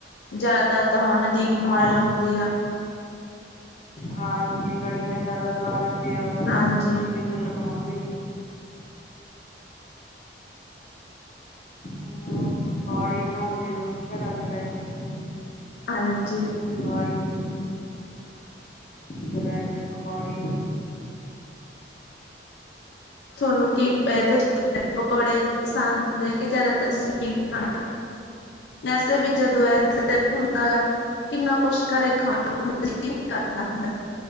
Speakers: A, on the left; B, on the left.
A: ਜ਼ਿਆਦਾ ਤਾਂ ਹੁਣ ਦੀਪ ਮਾਲਾ
B: ਹਾਂ
A: ਹੁੰਦੀ ਆ-
B: ਹਾਂਜੀ ਲੜੀਆਂ ਜਿਆਦਾ ਲਗਾ ਲੈਂਦੇ ਆ ਬਸ
A: ਹਾਂਜੀ
B: ਜਿਵੇ ਫਿਰ ਲਗਵਾਉਂਦੀ। ਹੁਣ ਪਕੌੜੇ ਬਣਾਉਂਦੇ ਲੋਕੀ ਘਰਾਂ ਦੇ ਵਿੱਚ।
A: ਹਾਂਜੀ।
B: ਦਿਵਾਲੀ ਨੂੰ। ਬਰੈਡ ਪਕੌੜੇ।
A: ਥੋਨੂੰ ਕੀ ਏਦੇ ਚ ਪਕੌੜੇ ਪਸੰਦ ਹੁੰਦੇ ਆ ਕਿ ਜ਼ਿਆਦਾਤਰ ਸਵੀਟ ਖਾਣਾ। <inaudible> ਵੈਸੇ ਵੀ ਜਦੋਂ ਐ ਸਟਿਪ ਹੁੰਦਾ ਗਾ ਕਿੰਨਾ ਕੁਛ ਘਰੇ ਖਾਣ ਨੂੰ ਆ ਜੀ। ਕੀ ਕਰਦਾ ਹੁਨਾ।